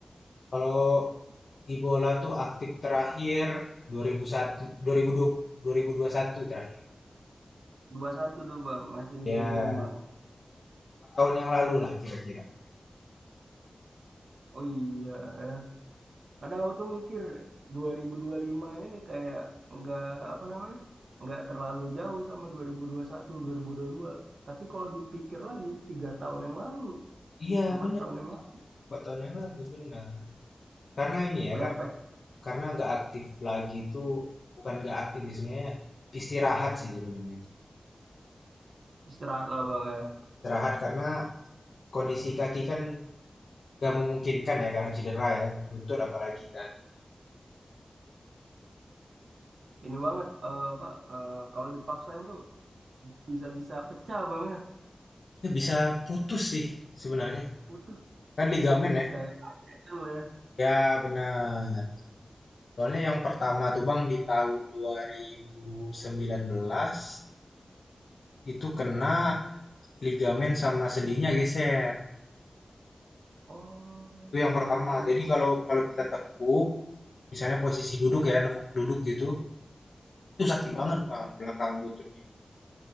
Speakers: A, on the left; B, on the right.
A: Kalau di bola tuh aktif terakhir dua ribu satu, dua ribu dua puluh, dua ribu ribu ribu satu dua puluh satu terakhir.
B: dua satu tuh bang, masih
A: Ya,
B: ini bang.
A: 4 tahun yang lalu lah kira-kira.
B: Oh iya ya. Kadang aku tuh mikir 2025 ini nih kayak nggak apa namanya, nggak terlalu jauh sama dua dua dua puluh satu, dua ribu ribu puluh satu puluh dua Tapi kalau dipikir lagi, tiga tahun yang lalu,
A: Iya
B: empat
A: benar.
B: tahun yang lalu,
A: empat tahun yang lalu benar. Karena ini ya
B: ya
A: kar-
B: efek
A: karena nggak aktif lagi itu bukan nggak aktif sih sebenarnya istirahat sih sebenarnya.
B: istirahat lah bang ya.
A: Istirahat karena kondisi kaki kan nggak memungkinkan ya karena cedera ya lutut apalagi kan.
B: Ini banget, eh, apa, eh, kalau dipaksain tuh bisa-bisa pecah bang ya.
A: Ya bisa putus sih sebenarnya.
B: Utuh
A: Kan ligamen ya.
B: kayak ACL ya.
A: Ya benar. Soalnya yang pertama tuh Bang di tahun dua ribu sembilan belas itu kena ligamen sama sendinya geser.
B: Oh,
A: Itu yang
B: ligamen
A: pertama.
B: sama
A: Jadi kalau kalau kita tekuk, misalnya posisi duduk ya, nekuk duduk gitu, itu sakit banget Bang, belakang lututnya.